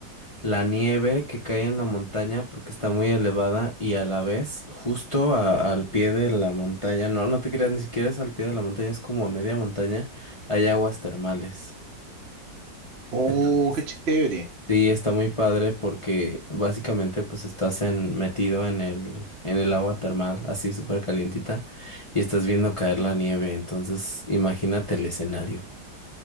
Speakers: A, on the left; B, on the right.
A: la nieve que cae en la montaña porque está muy elevada y a la vez justo a- al pie de la montaña, no, no te creas, ni siquiera es al pie de la montaña, es como a media montaña, hay aguas termales.
B: Oh,
A: Entonces,
B: qué chévere.
A: sí, está muy padre porque básicamente pues estás en, metido en el, en el agua termal, así súper calientita, y estás viendo caer la nieve. Entonces, imagínate el escenario.